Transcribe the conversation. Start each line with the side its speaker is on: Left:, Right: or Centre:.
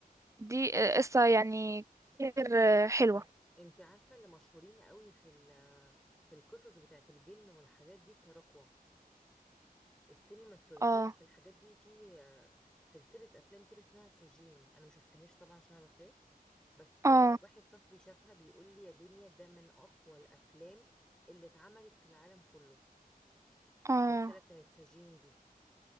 Right: دي آه، قصة يعني كتير آه، حلوة
Centre: انت عارفة اللي مشهورين قوي في ال... في القصص بتاعت الجن والحاجات دي التراكوة السينما التركية
Right: اه
Centre: في الحاجات دي في آه، سلسلة أفلام كده اسمها سجين أنا ما شفتهاش طبعا عشان أنا بخاف بس آه،
Right: اه
Centre: واحد صاحبي شافها بيقول لي يا دنيا ده من أقوى الأفلام اللي اتعملت في العالم كله
Right: اه
Centre: السلسلة بتاعت سجين دي